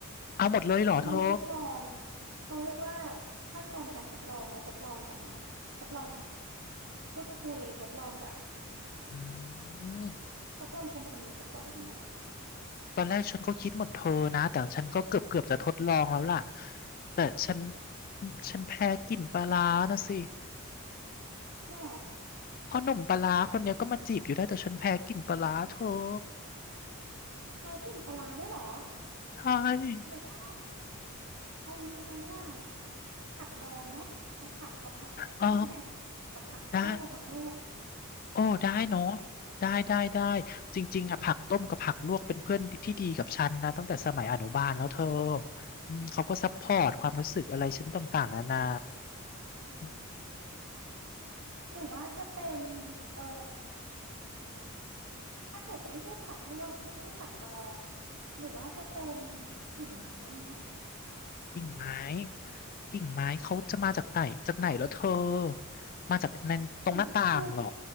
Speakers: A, on the left; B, on the right.
A: เอาหมดเลยเหรอเธอ
B: เราทดลอง เขาเรียกว่าขั้นตอนการทดลองเราทดลองก่อนไหมทดลองพูดคุยทดลองแบบ
A: อืม
B: ทดลองคนคนนี้ไปก่อนดีไหม
A: ตอนแรกฉันก็คิดเหมือนเธอนะแต่ฉันก็เกือบเกือบจะทดลองแล้วล่ะแต่ฉันฉันแพ้กลิ่นปลาร้านะสิ
B: หรอ
A: พอหนุ่มปลาร้าคนเนี้ยก็มาจีบอยู่ได้แต่ฉันแพ้กลิ่นปลาร้าเธอ
B: แพ้กินปลาร้าด้วยเหรอ
A: ใช่
B: หนูว่าเอางี้ไหมอ่ะผักดองไหมเอาผักเอาผักมาคั่นไหม
A: อ๋อ
B: ผักผักลวกมาผักลวกอะ
A: ได้โอ้ได้เนาะได้ได้ได้จริงๆอ่ะผักต้มกับผักลวกเป็นเพื่อนที่ดีกับฉันนะตั้งแต่สมัยอนุบาลแล้วเธออืมเขาก็ซัพพอร์ตความรู้สึกอะไรฉันต่างๆนานาอืม
B: หรือว่าจะเป็นเอ่อถ้าเกิดไม่ใช่ผักลวกไม่ใช่ผักดอง หรือว่าจะเป็นกิ่งไม้ไหม
A: กิ่งไม้กิ่งไม้เขาจะมาจากไหนจากไหนแล้วเธอมาจากในตรงหน้าต่างเหรอ
B: กิ่งคือ